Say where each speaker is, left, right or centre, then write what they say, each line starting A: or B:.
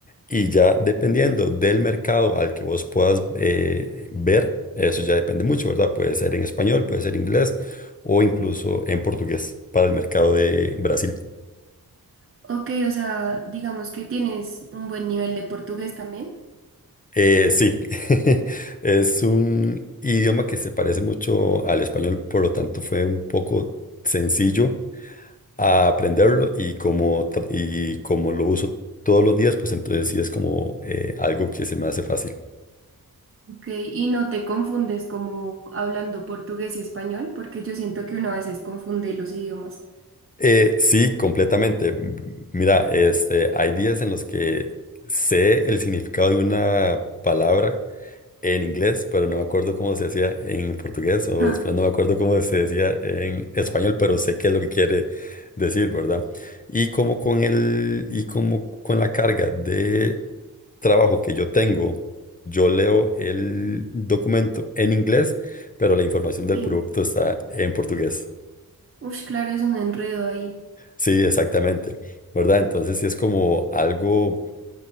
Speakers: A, on the left (about 25°); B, on the right (about 35°).
A: Y ya dependiendo del mercado al que vos puedas eh, ver, eso ya depende mucho, ¿verdad? Puede ser en español, puede ser inglés o incluso en portugués para el mercado de Brasil.
B: Ok, o sea, digamos que tienes un buen nivel de portugués también.
A: Eh, sí, <laughs> es un idioma que se parece mucho al español, por lo tanto fue un poco sencillo a aprenderlo y como, tra- y como lo uso todos los días, pues entonces sí es como eh, algo que se me hace fácil.
B: Ok, y no te confundes como hablando portugués y español, porque yo siento que uno a veces confunde los idiomas.
A: Eh, sí, completamente. M- Mira, este, hay días en los que sé el significado de una palabra en inglés, pero no me acuerdo cómo se hacía en portugués, o
B: Ja,
A: después no me acuerdo cómo se decía en español, pero sé qué es lo que quiere decir, ¿verdad? Y como con el, y como con la carga de trabajo que yo tengo, yo leo el documento en inglés, pero la información del
B: Sí,
A: producto está en portugués.
B: Ush, claro, es un enredo ahí.
A: Sí, exactamente, ¿verdad? Entonces sí es como algo